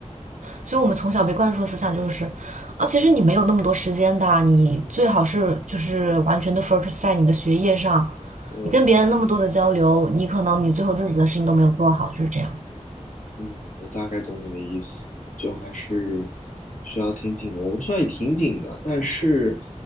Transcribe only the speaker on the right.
所以我们从小被灌输的思想就是，啊，其实你没有那么多时间的，你最好是就是完全的 focus 在你的学业上，
你跟别人那么多的交流，你可能你最后自己的事情都没有做好，就是这样。